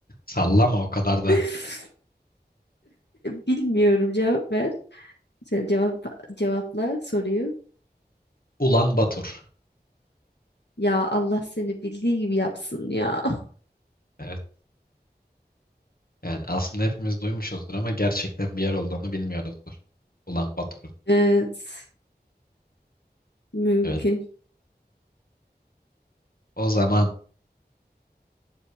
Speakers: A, on the left; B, on the left.
A: sallama o kadar da.
B: <laughs> Bilmiyorum cevap ver. Sen cevap cevapla soruyu.
A: Ulan Batur.
B: Ya Allah seni bildiği gibi yapsın ya.
A: Evet. Yani aslında hepimiz duymuşuzdur ama gerçekten bir yer olduğunu bilmiyoruzdur. Ulan Batur'un.
B: <laughs> Evet. Mümkün.
A: Evet. O zaman